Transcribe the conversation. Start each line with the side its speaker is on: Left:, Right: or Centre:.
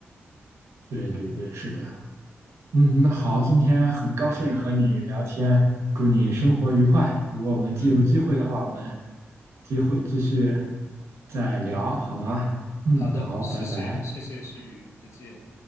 Right: 对对对，是的。嗯，那好，今天很高兴和你聊天，祝你生活愉快。如果我们既有机会的话，
Left: 嗯，
Right: 我们机会继续再聊，好吗？嗯，
Left: 好的，
Right: 好，
Left: 谢谢，
Right: 拜拜。
Left: 谢谢诗雨，再见。